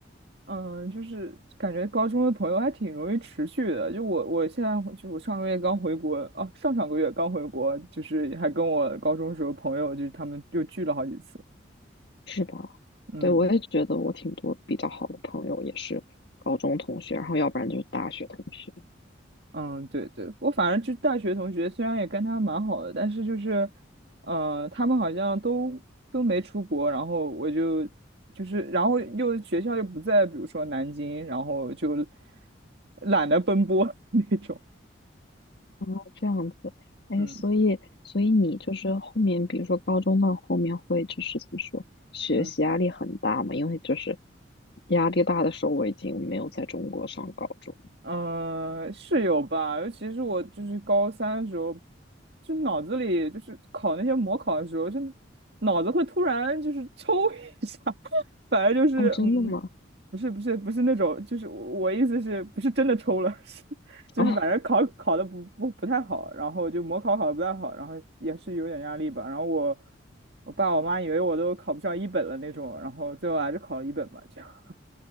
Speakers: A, on the right; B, on the left.
A: 嗯、就是感觉高中的朋友还挺容易持续的。就我，我现在就我上个月刚回国，啊，上上个月刚回国，就是还跟我高中时候朋友，就是他们又聚了好几次。
B: 是吧？
A: 嗯
B: 对，我也觉得我挺多比较好的朋友也是高中同学，然后要不然就是大学同学。
A: 嗯，对对，我反正就大学同学，虽然也跟他蛮好的，但是就是，呃，他们好像都都没出国，然后我就就是，然后又学校又不在，比如说南京，然后就懒得奔波 <laughs> 那种。
B: 哦，这样子，哎，
A: 嗯
B: 所以，所以你就是后面，比如说高中到后面会就是怎么说，学习压力很大嘛？
A: 嗯。
B: 因为就是压力大的时候，我已经没有在中国上高中了。
A: 嗯，是有吧，尤其是我就是高三的时候，就脑子里就是考那些模考的时候，就脑子会突然就是抽 <laughs> 一下，反正就是嗯，
B: 哦，真的吗？
A: 不是不是不是那种，就是我我意思是不是真的抽了，<laughs> 是就是反正考考的不不不太好，
B: 哦，
A: 然后就模考考的不太好，然后也是有点压力吧，然后我我爸我妈以为我都考不上一本了那种，然后最后还是考了一本吧，这样。